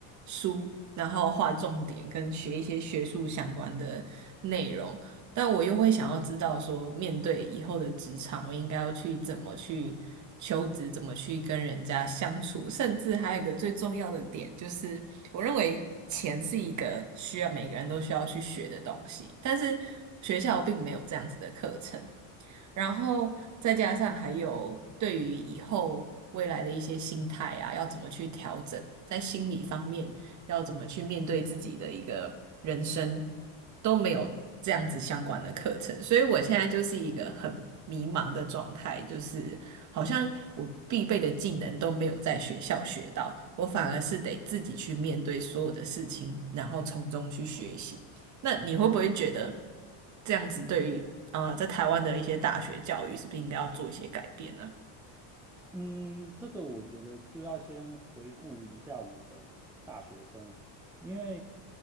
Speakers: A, on the right; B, in the centre.
A: 书，然后画重点跟学一些学术相关的内容，但我又会想要知道说，面对以后的职场，我应该要去怎么去求职，怎么去跟人家相处，甚至还有一个最重要的点，就是我认为钱是一个需要每个人都需要去学的东西，但是学校并没有这样子的课程。然后再加上还有对于以后未来的一些心态啊，要怎么去调整，在心理方面要怎么去面对自己的一个人生，都没有这样子相关的课程，所以我现在就是一个很迷茫的状态，就是好像我必备的技能都没有在学校学到，我反而是得自己去面对所有的事情，然后从中去学习。那你会不会觉得这样子对于呃在台湾的一些大学教育是不是应该要做一些改变呢？
B: 嗯，这个我觉得就要先回顾一下我的大学生活，因为